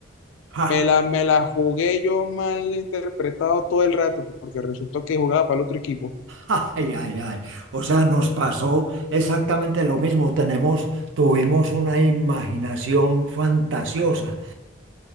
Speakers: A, on the right (about 85°); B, on the left (about 80°).
A: Ja,
B: Me la, me la jugué yo mal interpretado todo el rato, porque resultó que jugaba para el otro equipo.
A: ja, Ay, ay, ay. O sea, nos pasó exactamente lo mismo. Tenemos, tuvimos una imaginación fantasiosa.